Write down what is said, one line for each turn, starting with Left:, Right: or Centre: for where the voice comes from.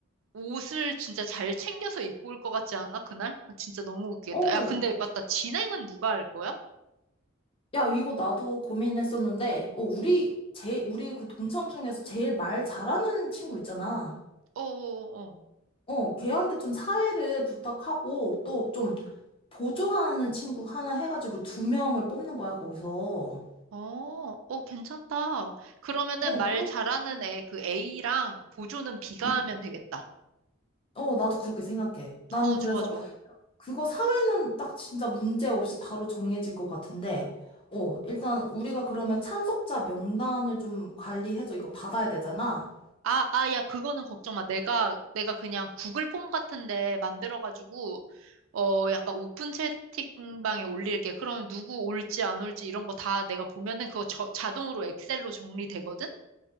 Right: 옷을 진짜 잘 챙겨서 입고 올 것 같지 않아? 그날? 아, 진짜 너무 웃기겠다.
Left: 오,
Right: 야, 근데 맞다. 진행은 누가 할 거야?
Left: 야, 이거 나도 고민했었는데, 어, 우리, 제, 우리 그 동창 중에서 제일 말 잘하는 친구 있잖아.
Right: 어, 어, 어.
Left: 어, 걔한테 좀 사회를 부탁하고, 또 좀 보조하는 친구 하나 해가지고 두 명을 뽑는 거야, 거기서.
Right: 어, 어, 괜찮다. 그러면은
Left: 어,
Right: 말
Left: 그래?
Right: 잘하는 애, 그 A랑 보조는 B가
Left: 응.
Right: 하면 되겠다.
Left: 어, 나도 그렇게 생각해. 나는
Right: 어, 좋아,
Left: 그래서
Right: 좋아.
Left: 그거 사회는 딱 진짜 문제 없이 바로 정해질 것 같은데, 어, 일단 우리가 그러면 참석자 명단을 좀 관리해서 이거 받아야 되잖아.
Right: 아, 아, 야, 그거는 걱정 마. 내가, 내가 그냥 구글 폼 같은데 만들어가지고, 어, 약간 오픈 채팅방에 올릴게. 그러면 누구 올지 안 올지 이런 거 다 내가 보면은 그거 저- 자동으로 엑셀로 정리되거든?